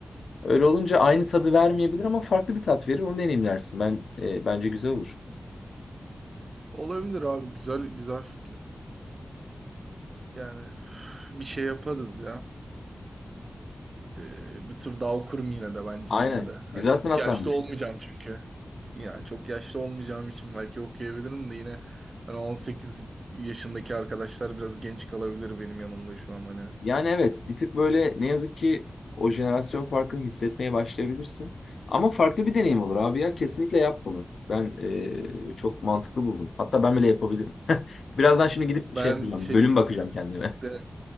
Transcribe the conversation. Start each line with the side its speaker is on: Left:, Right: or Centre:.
Left: öyle olunca aynı tadı vermeyebilir ama farklı bir tat verir. Onu deneyimlersin. Ben e, bence güzel olur.
Right: Olabilir abi. Güzel güzel fikir. Yani bir şey yaparız ya. Ee, bir tur daha okurum yine de bence
Left: Aynen.
Right: yine de. Hani
Left: Güzel sanatlandı.
Right: çok yaşlı olmayacağım çünkü. Yani çok yaşlı olmayacağım için belki okuyabilirim de yine hani 18 yaşındaki arkadaşlar biraz genç kalabilir benim yanımda şu an hani.
Left: Yani evet bir tık böyle ne yazık ki o jenerasyon farkını hissetmeye başlayabilirsin. Ama farklı bir deneyim olur abi ya kesinlikle yap bunu. Ben eee, çok mantıklı buldum. Hatta ben bile yapabilirim. <laughs> Birazdan şimdi gidip
Right: Ben
Left: şey yapacağım
Right: şey
Left: bölüm bakacağım kendime.
Right: de-